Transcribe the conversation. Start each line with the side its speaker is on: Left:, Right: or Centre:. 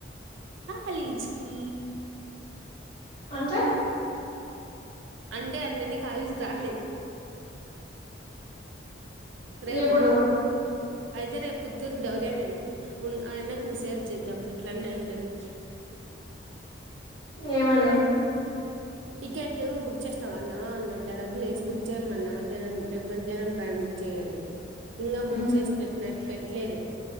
Right: కాలేజ్కి
Left: అంటే
Right: అంటే అంటే నీ కాళేజ్ కి రాను నేను రేపు
Left: ఎప్పుడు
Right: అయితే రేపుత్తూర్కి డౌటే నేను ఉన్ ఆయనకు మీసేజ్ చేద్దాం ఇట్లన్నయిండని
Left: ఏమని
Right: టికెట్ బుక్ చేసినావా అన్నా అని పెడతా, డబ్బులేసి బుక్ చేయమన్నా మధ్యాహ్నం రేపు మధ్యాహ్నం ట్రైన్ బుక్ చేయ్ గని ఇంగ బుక్
Left: ఉమ్
Right: చేసి పెట్టినా పెట్లేదు